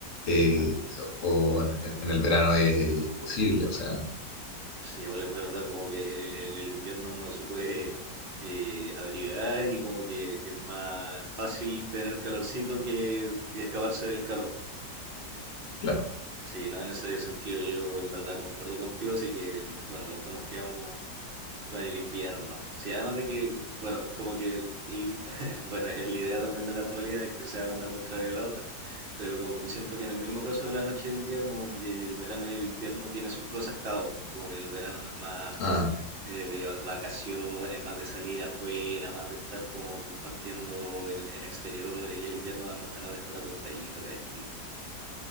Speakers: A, on the left; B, on the right.
A: eh,
B: claro.
A: o en, en el verano es imposible, o sea,
B: Sí, igual es verdad, como que en, en el invierno uno se puede eh, abrigar y como que es más fácil tener calorcito que escaparse del calor.
A: claro.
B: Sí, no, en ese sentido yo en verdad concuerdo contigo, así que bueno, los dos nos quedamos Con el invierno. Sí, además de que, bueno, como que, el- <laughs> bueno, es la idea también de la actualidad, es que sea una contraria a la otra, pero como que siento que en el mismo caso de la noche y el día, como que el verano y el invierno tiene sus cosas cada uno, como que en el verano es más
A: Ah,
B: eh, de va- vacaciones, más de salir afuera, más de estar como compartiendo en, en exteriores, y el invierno da más ganas de estar acostadito, calentito.